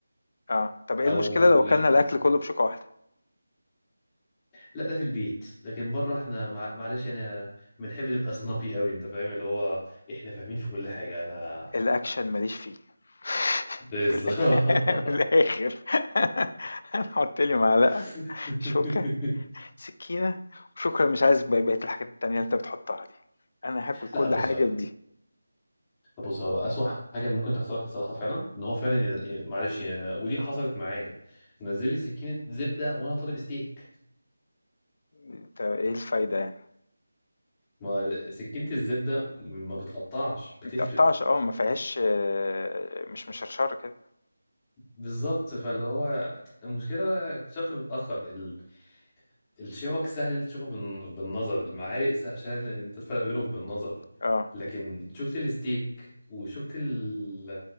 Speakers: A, on the left; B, on the left.
A: آه، طب إيه
B: او
A: المشكلة لو أكلنا
B: يد...
A: الأكل كله بشوكة واحدة؟
B: لا ده في البيت لكن بره احنا مع... معلش انا بنحب نبقى سنابي قوي انت فاهم اللي هو احنا فاهمين في كل حاجة انا
A: الأكشن ماليش فيه <laughs>
B: بالظبط
A: من الآ من الآخر <laughs> حُط لي معلقة،
B: <laughs>
A: شوكة، سكينة، وشكرًا مش عايز ب بقية الحاجات التانية اللي أنت بتحطها دي، أنا هاكل كل
B: لا بص
A: حاجة بدي.
B: طب بص هو أسوأ حاجة ممكن تحصل لك الصراحة فعلا إن هو فعلا ي- ي- معلش ي- ودي حصلت معايا نزل لي سكينة زبدة وأنا طالب ستيك
A: أنت إيه الفايدة يعني؟
B: ما سكينة الزبدة ما بتقطعش بتفرد
A: ما بتقطّعش آه، ما فيهاش آه، مش مشرشرة كده،
B: بالظبط فاللي هو المشكلة اكتشفت متأخر ال... الشوك سهل إن أنت تشوفها بال... بالنظر المعالق سه- سهل إن أنت تفرق ما بينهم بالنظر
A: آه،
B: لكن شوكة الستيك وشوكة ال-